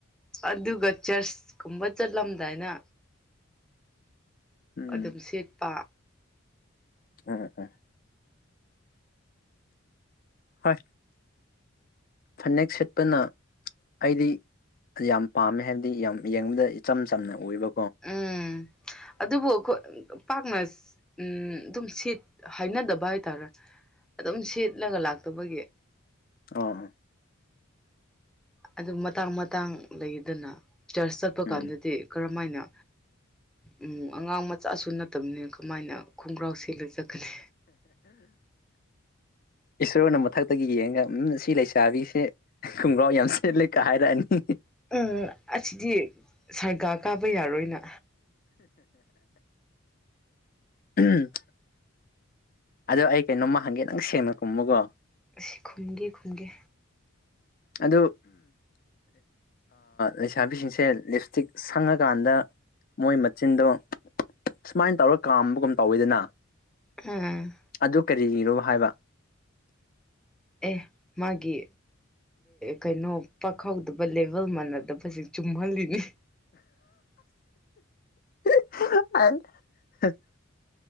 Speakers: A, in the centre; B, on the left.
A: ꯑꯗꯨꯒ ꯆꯔꯆ ꯀꯨꯝꯕ ꯆꯠꯂꯝꯗꯥꯏꯅ
B: ꯎꯝ
A: ꯑꯗꯨꯝ ꯁꯦꯠꯄ
B: ꯎꯝ ꯎꯝ ꯍꯣꯏ ꯐꯅꯦꯛ ꯁꯦꯠꯄꯅ ꯑꯩꯗꯤ ꯌꯥꯝ ꯄꯥꯝꯃꯦ ꯍꯥꯏꯕꯗꯤ ꯌꯥꯝ ꯌꯦꯡꯕꯗ ꯏꯆꯝ ꯆꯝꯅ ꯑꯣꯏꯕ
A: ꯎꯝ ꯑꯗꯨꯕꯨ ꯑꯩꯈꯣꯏ ꯄꯥꯛꯅ ꯎꯝ ꯑꯗꯨꯝ ꯁꯤꯠ ꯍꯥꯏꯅꯗꯕ ꯍꯥꯏꯇꯥꯔꯦ ꯑꯗꯨꯝ ꯁꯦꯠꯂꯒ ꯂꯥꯛꯇꯕꯒꯤ
B: ꯑ
A: ꯑꯗꯨ ꯃꯇꯥꯡ ꯃꯇꯥꯡ ꯂꯩꯗꯅ ꯆꯔꯆ ꯆꯠꯄ
B: ꯎꯝ
A: ꯀꯥꯟꯗꯗꯤ ꯀꯔꯝꯃ ꯍꯥꯏꯅ ꯎꯝ ꯑꯉꯥꯡ ꯃꯆꯥꯁꯨ ꯅꯠꯇꯕꯅꯦ ꯁꯃꯥꯏꯅ ꯈꯣꯡꯒ꯭ꯔꯥꯎ ꯁꯦꯂ ꯆꯠꯀꯅꯤ
B: ꯏꯁꯣꯔꯅ ꯃꯊꯛꯇꯒꯤ ꯌꯦꯡꯉꯒ ꯎꯝ ꯁꯤ ꯂꯩꯁꯤ ꯀꯥꯕꯤꯁꯦ ꯈꯣꯡꯒ꯭ꯔꯥꯎ ꯌꯥꯝ ꯁꯦꯠꯂꯦ ꯀ ꯍꯥꯏꯔꯛꯑꯅꯤ
A: ꯎꯝ ꯑꯁꯤꯗꯤ ꯁꯔꯒꯥ ꯀꯥꯕ ꯌꯥꯔꯣꯏꯅ
B: ꯎꯝ ꯑꯗꯣ ꯑꯩ ꯀꯩꯅꯣꯝꯃ ꯍꯪꯒꯦ ꯅꯪ ꯁꯦꯡꯅ ꯀꯨꯝꯃꯨꯒꯣ
A: ꯑꯁꯤ ꯈꯨꯝꯒꯦ ꯈꯨꯝꯒꯦ
B: ꯑꯗꯨ ꯂꯩꯁꯥꯕꯤꯁꯤꯡꯁꯦ ꯂꯤꯞ ꯏꯁꯇꯤꯛ ꯁꯪꯉꯀꯥꯟꯗ ꯃꯣꯏ ꯃꯆꯤꯟꯗꯣ ꯁꯨꯃꯥꯏꯅ ꯇꯧꯔꯒ ꯀꯥꯝꯕꯒꯨꯝ ꯇꯧꯋꯤꯗꯅ
A: ꯑꯝ
B: ꯑꯗꯨ ꯀꯔꯤ ꯏꯔꯣ ꯍꯥꯏꯕ
A: ꯑꯦ ꯃꯥꯒꯤ ꯀꯩꯅꯣ ꯄꯥꯍꯧꯗꯕ ꯂꯦꯚꯦꯜ ꯃꯥꯟꯅꯗꯕꯁꯦ ꯆꯨꯝꯍꯜꯂꯤꯅꯤ
B: <unintelligible>